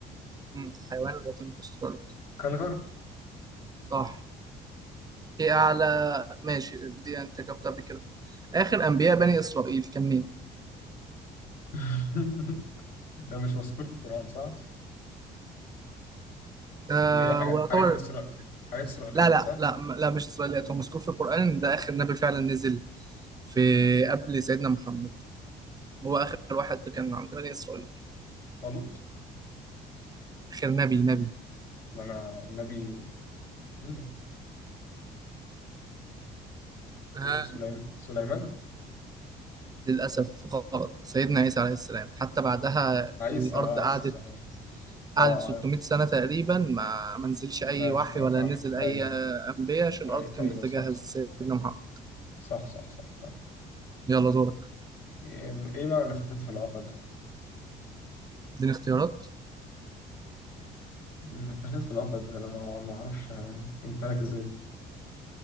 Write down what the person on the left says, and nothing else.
كنغر
<laughs> ده مش مذكور في القرآن صح؟
اللي هي حاجات
حاجات الإسرائيل حاجات إسرائيليات
صح؟
طالوت
ده أنا النبي مين أنت؟
إيه سليم... سليمان
عيسى
آه، عيسى
صحيح اه
عرفت
فاش
أح...
ايوه
أي...
ايوه
صح
صح صح صح, صح. صح.
ايه إيه معنى نفثت في العقد
نفثت في العقد انا ما ما اعرفش اجيبها لك ازاي دي.